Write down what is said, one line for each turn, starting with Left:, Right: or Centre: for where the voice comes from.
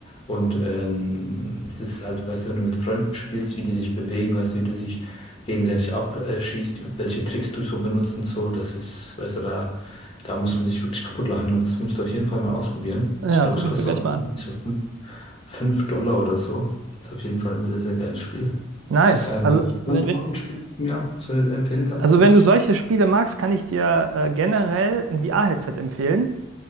Left: Und ähm, es ist halt, weißt du, wenn du mit Freunden spielst, wie die sich bewegen, weißt du, wie du sich gegenseitig abschießt, welche Tricks du so benutzt und so, das ist, weißt du, da, da muss man sich wirklich kaputt lachen. Also Das musst du auf jeden Fall mal ausprobieren.
Right: Ja,
Left: Ich glaube,
Right: gucke
Left: es kostet
Right: ich mir gleich
Left: auch
Right: mal an.
Left: irgendwie so fünf fünf Dollar oder so. Ist auf jeden Fall ein sehr, sehr geiles Spiel.
Right: Nice.
Left: Ähm,
Right: Also wenn,
Left: sonst
Right: wenn,
Left: noch ein Spiel, das du mir so empfehlen kannst,
Right: also
Left: mäßig?
Right: wenn du solche Spiele magst, kann ich dir äh, generell ein VR-Headset empfehlen.